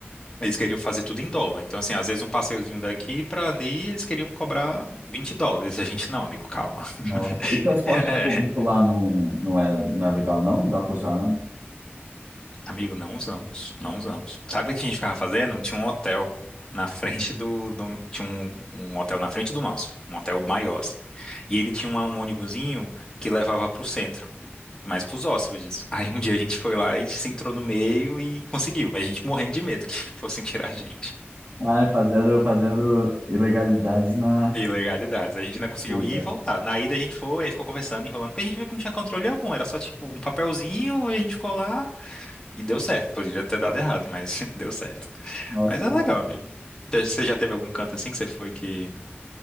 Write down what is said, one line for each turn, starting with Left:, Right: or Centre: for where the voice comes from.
Left: Eles queriam fazer tudo em dólar. Então, assim, às vezes um passeiozinho daqui pra ali, eles queriam cobrar 20 dólares. A gente, não, amigo, calma. <laughs>
Right: Nossa. E transporte
Left: É,
Right: público lá não, não é, não é legal, não? Não dá pra usar, não?
Left: amigo, não usamos, não usamos. Sabe o que a gente ficava fazendo? Tinha um hotel na frente do, do- tinha um, um hotel na frente do nosso, um hotel maior, assim. E ele tinha uma- um ônibusinho que levava pro centro, mas pros hóspedes. Aí um dia a gente foi lá e se entrou no meio e conseguiu, mas a gente morrendo de medo que <laughs> fossem tirar a gente.
Right: Ah, fazendo, fazendo ilegalidades na
Left: Ilegalidades. A gente ainda conseguiu
Right: Cuba.
Left: ir e voltar. Na ida a gente foi, aí ficou conversando, enrolando, porque a gente viu que não tinha controle algum, era só tipo um papelzinho, aí a gente ficou lá e deu certo. Poderia ter dado errado, mas <laughs> deu certo.
Right: Nossa,
Left: Mas
Right: que
Left: é
Right: bom.
Left: legal, amigo. Você você já teve algum canto assim que você foi que.